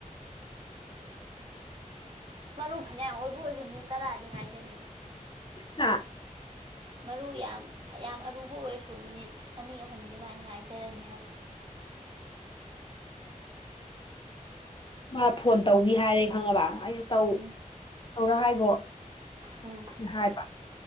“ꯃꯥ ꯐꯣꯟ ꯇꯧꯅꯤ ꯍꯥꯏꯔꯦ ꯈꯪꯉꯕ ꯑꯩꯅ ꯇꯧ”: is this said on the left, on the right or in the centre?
Left